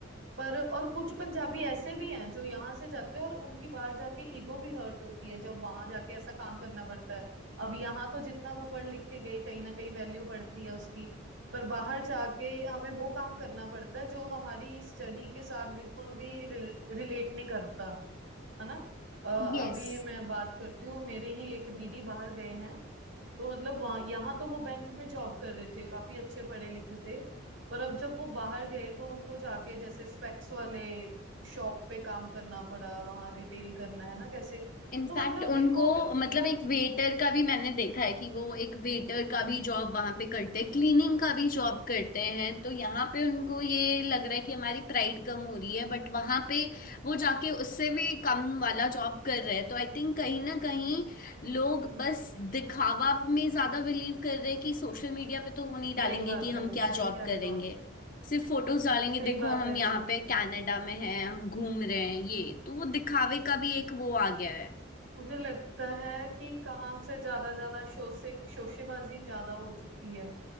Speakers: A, on the right; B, on the left.
A: पर और कुछ पंजाबी ऐसे भी हैं जो यहाँ से जाते हैं और उनकी बाहर जाके ईगो भी हर्ट होती है जब वहां जाके ऐसा काम करना पड़ता है अब यहाँ तो जितना वो पढ़ लिख के गए कहीं ना कहीं वैल्यू पड़ती है उसकी पर बाहर जाके हमें वो काम करना पड़ता है जो हमारी स्टडी के साथ बिल्कुल भी रिलेट नहीं करता है ना अ, अभी
B: यस
A: मैं बात करती हूँ मेरे ही एक दीदी बाहर गए हैं तो मतलब वहाँ यहाँ तो वो बैंक में जॉब कर रहे थे काफी अच्छे पढ़े लिखे थे पर अब जब वो बाहर गए तो उनको जाके जैसे स्पेक्स वाले शॉप पे काम करना पड़ा वहां रिटेल करना है ना कैसे
B: इनफैक्ट
A: तो मतलब
B: उनको
A: देखो क्या-
B: मतलब
A: तो
B: एक वेटर का भी मैंने देखा है कि वो एक वेटर का भी जॉब वहां पे करते हैं क्लीनिंग का भी जॉब करते हैं तो यहाँ पे उनको ये लग रहा है कि हमारी प्राइड कम हो रही है बट वहां पे वो जाके उससे भी कम वाला जॉब कर रहे हैं तो आई थिंक कहीं ना कहीं लोग बस दिखावा में ज्यादा बिलीव कर रहे हैं कि सोशल मीडिया पे तो वो नहीं डालेंगे
A: सही बात
B: कि हम
A: है सही
B: क्या जॉब
A: कह
B: करेंगे
A: रहे हो आप
B: सिर्फ फोटोज डालेंगे
A: सही
B: देखो
A: बात
B: हम
A: है
B: यहाँ
A: सही
B: पे कनाडा में हैं हम घूम रहे हैं ये तो वो दिखावे का भी एक वो आ गया है
A: मुझे लगता है कि काम से ज्यादा ज्यादा शो से शोशेबाजी ज्यादा हो चुकी है